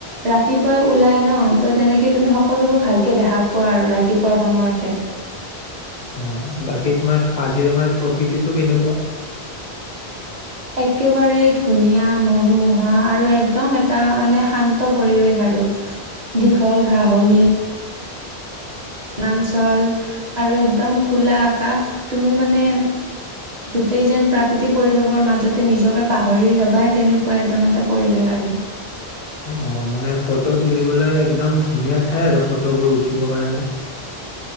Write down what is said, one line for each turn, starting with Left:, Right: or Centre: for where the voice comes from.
Right: ৰাতিপুৱাই ওলাই ন, ত তেনেকে তুমি সকলোবোৰ ভালকে দেখা পোৱা আৰু ৰাতিপুৱাৰ সময়তে।
Left: অঁ বাকী তোমাৰ কাজিৰঙাৰ প্ৰকৃতিটো কেনেকুৱা?
Right: একেবাৰে ধুনীয়া, মনোমোহা আৰু একদম এটা মানে শান্ত পৰিৱেশ আৰু। দীঘল ঘাঁহনি বনাঞ্চল আৰু একদম খোলা আকাশ তুমি মানে গোটেই যেন প্ৰাকৃতিক পৰিবেশৰ মাজতে নিজকে পাহৰি যাবা তেনেকুৱা একদম এটা পৰিবেশ আৰু।
Left: অ মানে ফটো তুলিবলৈ একদম ধুনীয়া ঠাই আৰু ফটোবোৰ উঠিবৰ কাৰণে।